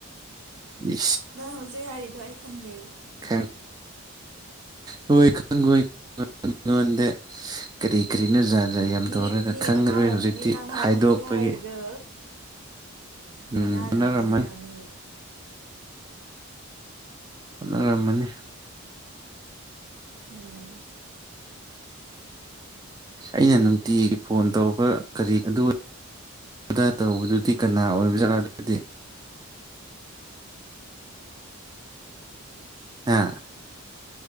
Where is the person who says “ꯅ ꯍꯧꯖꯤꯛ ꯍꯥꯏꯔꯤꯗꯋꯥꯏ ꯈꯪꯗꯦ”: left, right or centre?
Right